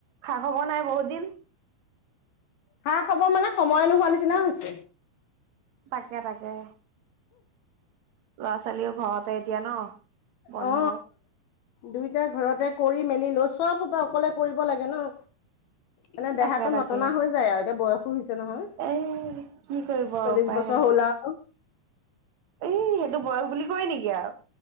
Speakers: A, on the right; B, on the left.
A: খা খবৰ নাই বহুত দিন।
B: খা খবৰ মানে সময় নোহোৱা নিচিনা হৈছে।
A: তাকে তাকে। ল'ৰা ছোৱালীও ঘৰতে এতিয়া ন? বন্ধ
B: অ দুইটাই ঘৰতে কৰি মেলি লৈ সব হুপা অকলে কৰিব লাগে ন। এনে
A: তাকে
B: দেহাতো
A: তাকে
B: নটনা হৈ যায় আও, এতিয়া বয়সো হৈছে নহয়
A: এ কি কৰিব
B: চল্লিশ
A: আৰু উপায়
B: বছৰ
A: নাই
B: হ'ল আও।
A: এই সেইটো বয়স বুলি কয় নেকি আও।